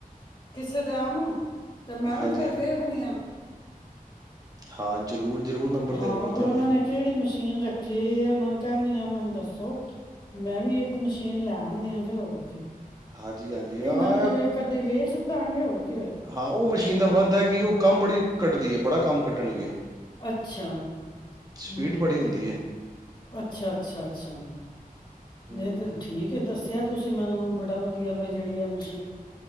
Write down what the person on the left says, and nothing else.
ਕਿਸੇ <unintelligible> ਤੇ ਮੈਂ
ਵੀ ਫੇਰ ਵੇਖਣੀ ਆ।
ਹਾਂ
ਬਈ
ਉਹਨਾਂ ਨੇ ਕਿਹੜੀ ਮਸ਼ੀਨ ਰੱਖੀ ਇਹ ਉਹਨਾਂ ਨੂੰ ਕਹਿੰਦੀ ਆ ਮੈ ਦੱਸੋ ਮੈਂ ਵੀ ਇੱਕ ਮਸ਼ੀਨ ਲੈ ਆਉਂਦੀ ਆਂ ਫਿਰ ਹੋਰ ਕੀ
ਇਹਨਾਂ
ਵਿੱਚੋਂ ਇੱਕ ਅੱਧੀ ਵੇ ਹਾਂ ਹੋ <unintelligible>
ਅੱਛਾ
ਹੂੰ।
ਅੱਛਾ ਅੱਛਾ ਅੱਛਾ,
ਨਹੀਂ ਤਾਂ ਠੀਕ ਐ ਦੱਸਿਆ। ਤੁਸੀਂ ਮੈਨੂੰ ਬੜਾ ਵਧੀਆ ਬਾਈ ਜਿਹੜੀ ਆ ਮ